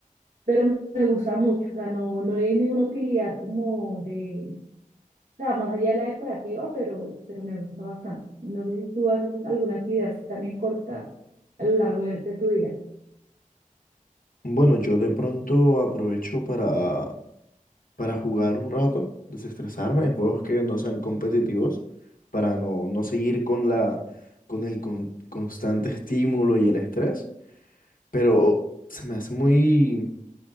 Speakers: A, on the right; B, on the left.
A: pero me gusta mucho, o sea, no, no le di ninguna utilidad como de, o sea, más allá de la decorativa, pero, pero me gusta bastante. No sé si tú haces alguna actividad así también corta a lo largo de, de tu día.
B: Bueno, yo de pronto aprovecho para, para jugar un rato, desestresarme en juegos que no sean competitivos, para no, no seguir con la, con el con- constante estímulo y el estrés. Pero se me hace muy,